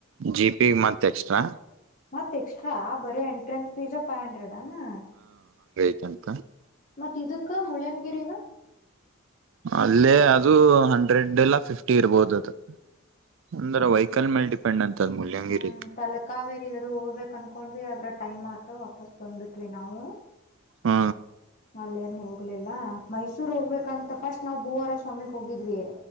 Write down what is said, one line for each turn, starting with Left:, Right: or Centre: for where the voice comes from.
Right: ಜಿ ಪಿ ಮತ್ತೆ ಎಕ್ಸ್ಟ್ರಾ
Left: ಮತ್ತತ್ ಎಕ್ಸ್ಟ್ರಾ ಬರೀ ಎಂಟ್ರೆನ್ಸ್ ಫೀಸ್ ಫೈವ್ ಹಂಡ್ರೆಡ್ನಾ
Right: ತ
Left: ಮತ್ತತ್ ಇದಕ್ಕ ಮುಳ್ಳ್ಯನಗಿರಿಗ
Right: ಅಲ್ಲೇ ಅದು ಹಂಡ್ರೆಡ್ ಎಲ್ಲ ಫಿಫ್ಟಿ ಇರ್ಬೋದ ಅದು ಒಂದ್ರ ವೈಹಿಕಲ್ ಮೇಲೆ ಡಿಪೆಂಡ್ ಅಂತ ಅದ್ ಮುಲ್ಯಂಗಿರಿ
Left: ಹ್ಮ್ ತಲಕಾವೇರಿ ಅದು ಹೋಗ್ಬೇಕಕ್ ಅನ್ಕೊಂಡ್ ಅದ್ರ ಟೈಮ್ ಆತ ವಾಪಸ್ ಬಂದುಬಿಟ್ವಿ ನಾವು
Right: ಹ್ಮ
Left: ಅಲ್ಲೇನ್ ಹೋಗ್ಲಿಲ್ಲ ಮೈಸೂರ್ ಹೋಗ್ಬೇಕಂತ ಫಸ್ಟ್ ನಾವು ಭೂವಾರ ಸ್ವಾಮಿಗ್ ಹೋಗಿದ್ವಿ